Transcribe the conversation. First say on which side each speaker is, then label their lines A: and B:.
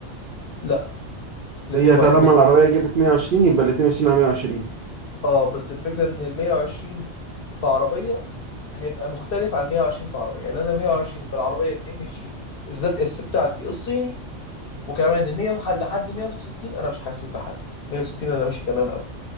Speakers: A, on the left; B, on the right.
A: لا الاتنين
B: هي
A: واحد
B: طالما
A: بس
B: العربية جابت 120 يبقى الاتنين ماشيين على 120
A: اه بس الفكره ان ال 120 في عربيه هيبقى مختلف عن 120 في عربيه يعني انا 120 في العربيه الام جي الزد اس بتاعتي الصيني وكمان ال 100 لحد لحد 160 انا مش حاسس بحاجه 160 انا ماشي تمام قوي